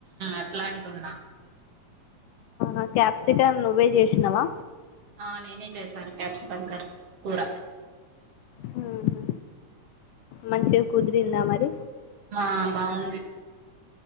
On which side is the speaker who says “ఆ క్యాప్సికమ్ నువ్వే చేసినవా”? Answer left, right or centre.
Left